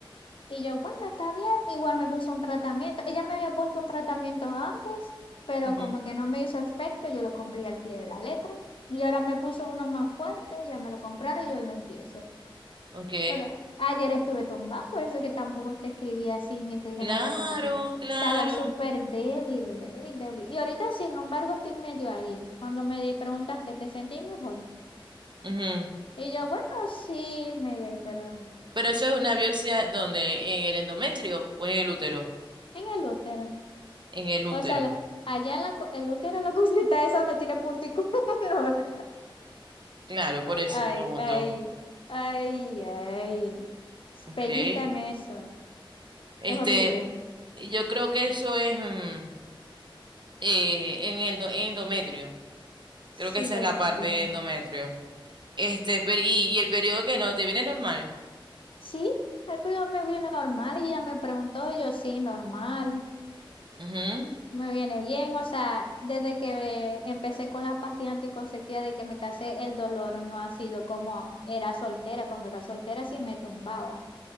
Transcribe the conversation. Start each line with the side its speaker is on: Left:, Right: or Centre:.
Left: Y yo, bueno, está bien. Igual me puso un tratamiento. Ella me había puesto un tratamiento antes, pero
Right: Ujú.
Left: como que no me hizo efecto, yo lo compré al pie de la letra. Y ahora me puso uno más fuerte, ya me lo compraron y hoy lo empiezo.
Right: Ok,
Left: Pero ayer estuve tumbada, por eso es que tampoco te escribí así, ni te dije
Right: claro,
Left: nada, yo estaba así.
Right: claro.
Left: Estaba súper débil, débil, débil. Y ahorita, sin embargo, estoy medio ahí. Cuando me di- preguntaste, ¿te sentí mejor?
Right: Ujú.
Left: Y yo, bueno, sí, me di ahí, pero
Right: Pero eso es una biopsia donde, ¿en el endometrio o en el útero?
Left: en el útero.
Right: En el útero.
Left: O sea, la- allá en la co- el útero, la <laughs> cosita esa donde tiene puntico. <laughs> No, ¿verdad?
Right: Claro, por eso
Left: Ay,
Right: pregunto.
Left: ay, ay, ay.
Right: Ok.
Left: Pellizcan eso.
Right: Este,
Left: Es horrible.
Right: yo creo que eso es mm, eh, en el do- endometrio.
Left: Sí,
Right: Creo que esa
Left: yo
Right: es la
Left: también.
Right: parte de endometrio. Este, pero- y, y el periodo que no, te viene normal.
Left: Sí, el primo me viene normal y ella me preguntó, y yo, sí, normal.
Right: Ujú.
Left: Me viene bien, o sea, desde que eh, empecé con las pastillas anticonceptivas, de que me casé, el dolor no ha sido como era soltera. Cuando era soltera sí me tumbaba.